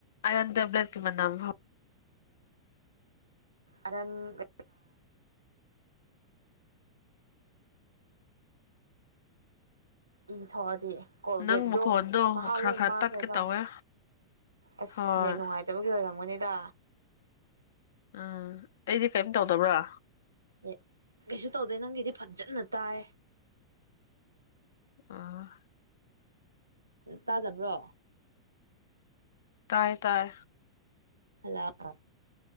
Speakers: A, on the left (about 60°); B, on the right (about 80°).
A: ꯑꯟ꯭ꯂ ꯃ ꯅꯥꯎ
B: ꯑꯔꯟꯒꯤ ꯏ ꯊꯣꯛꯗꯦ ꯀꯣꯜꯒꯦꯠ
A: ꯅꯪ
B: ꯑꯗꯨꯝ
A: ꯃꯈꯣꯟꯗꯣ
B: ꯃꯍꯥꯎ
A: ꯈꯔ
B: ꯂꯣꯏ
A: ꯈꯔ
B: ꯃꯥꯡꯈ꯭ꯔꯦꯕ
A: ꯇꯠꯀꯦ ꯇꯧꯋꯦ
B: ꯑꯁ
A: ꯍꯣꯏ
B: ꯅꯦ ꯅꯨꯡꯉꯥꯏꯇꯕꯒꯤ ꯑꯣꯏꯔꯝꯒꯅꯤꯗ
A: ꯎꯝ ꯑꯩꯗꯤ ꯀꯔꯤꯝ ꯇꯧꯗꯕ꯭ꯔꯥ
B: ꯑꯦ ꯀꯩꯁꯨ ꯇꯧꯗꯦ ꯅꯪꯒꯤꯗꯤ ꯐꯖꯟꯅ ꯇꯥꯏ
A: ꯑ
B: ꯇꯥꯗꯕ꯭ꯔꯣ
A: ꯇꯥꯏ ꯇꯥꯏ
B: ꯍꯜꯂꯥꯎ